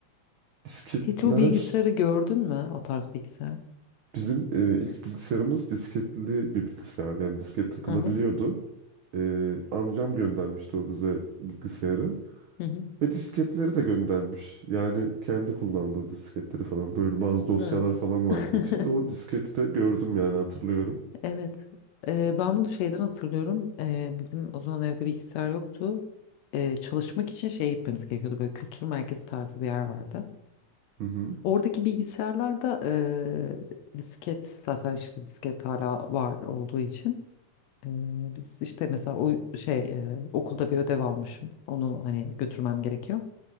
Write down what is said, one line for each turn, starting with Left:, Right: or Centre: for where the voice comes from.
Right: Disketler
Left: Hiç o bilgisayarı gördün mü o tarz bilgisayar?
Right: bizim e, ilk bilgisayarımız disketli bir bilgisayardı. Yani disket takılabiliyordu.
Left: Hı hı.
Right: E, amcam göndermişti o bize bilgisayarı.
Left: Hı hı.
Right: Ve disketleri de göndermiş. Yani kendi kullandığı disketleri falan böyle bazı dosyalar
Left: Hı.
Right: falan
Left: <laughs>
Right: vardı içinde. O disketi de gördüm yani hatırlıyorum.
Left: Evet Eee, ben bunu şeyden hatırlıyorum Eee, bizim o zaman evde bilgisayar yoktu. Eee, çalışmak için şeye gitmemiz gerekiyordu böyle kültür merkezi tarzı bir yer vardı.
Right: Hı hı.
Left: Oradaki bilgisayarlarda eee, disket zaten işte disket hala var olduğu için. Ee, Biz işte mesela o şey e, okulda bir ödev almışım. Onu hani götürmem gerekiyor.